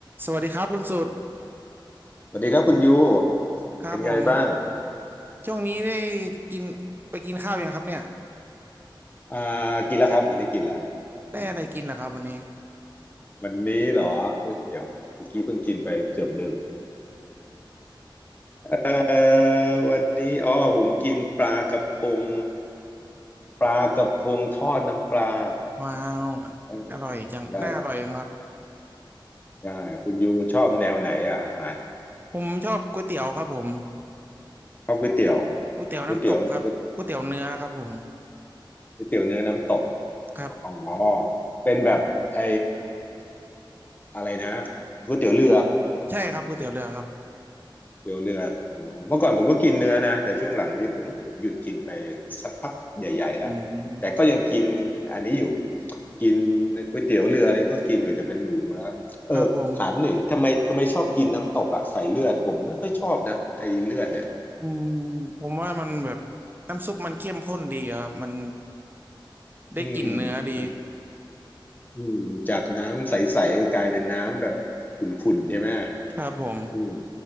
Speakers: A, on the right (about 25°); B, on the left (about 20°).
A: สวัสดีครับคุณสุด
B: สวัสดีครับคุณยู
A: ครับผม
B: เป็นไงบ้าง
A: ช่วงนี้ได้กินไปกินข้าวยังครับเนี่ย
B: อ่ากินแล้วครับวันนี้กินแล้ว
A: ได้อะไรกินเหรอครับวันนี้
B: อืมวันนี้เหรออุ๊ยเดี๋ยวเมื่อกี้เพิ่งกินไปเกือบลืมเอ่อวันนี้อ๋อผมกินปลากระพงปลากระพงทอดน้ำปลา
A: <laughs> ว้าว
B: เออได้แล้ว
A: อร่อยจังน่าอร่อยจังครับ
B: ได้คุณยูชอบแนวไหนอะอาหาร
A: ผมชอบก๋วยเตี๋ยวครับผม
B: ชอบก๋วยเตี๋ยว
A: ก๋วยเตี๋ยวน้ำตกครับก๋วยเตี๋ยวเนื้อครับผม
B: ก๋วยเตี๋ยวก๋วยก๋วยเตี๋ยวเนื้อน้ำตก
A: ครับ
B: อ๋อเป็นแบบไออะไรนะก๋วยเตี๋ยวเรือ
A: ใช่ครับก๋วยเตี๋ยวเรือครับ
B: เตี่ยวเรืออ๋อเมื่อก่อนผมก็กินเนื้อนะแต่ช่วงหลังนี่ผมผมหยุดกินไปสักพักใหญ่ๆแล้วแต่ก็ยังกินอันนี้อยู่
A: อืม
B: กินก๋วยเตี๋ยวเรือนี่ก็กินอยู่แต่เป็นหมูแล้วเออถามหน่อยทำไมทำไมชอบกินน้ำตกอ่ะใส่เลือดผมไม่ค่อยชอบนะไอ้เลือดเนี่ย
A: ครับผมอืมผมว่ามันแบบน้ำซุปมันเข้มข้นดีอะครับมันได้กลิ่นเนื้อดี
B: อืมมันอืมจากน้ำใสๆกลายเป็นน้ำแบบขุ่นๆใช่ไหม
A: ครับผม
B: อืม